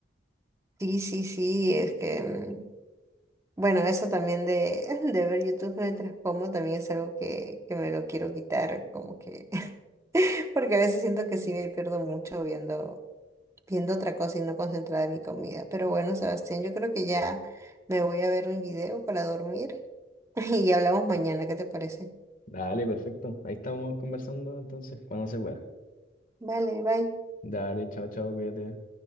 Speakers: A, on the right (about 15°); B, on the left (about 50°).
A: Sí, sí, sí, es que, mm, bueno, eso también de, <laughs> de ver YouTube mientras como también es algo que, que me lo quiero quitar, como que, <laughs> porque a veces siento que sí me pierdo mucho viendo, viendo otra cosa y no concentrada en mi comida. Pero bueno, Sebastián, yo creo que ya me voy a ver un video para dormir <laughs> y hablamos mañana, ¿qué te parece?
B: Dale, perfecto. Ahí estamos conversando entonces, cuando se pueda.
A: Vale, bye.
B: Dale, chao, chao, cuídate.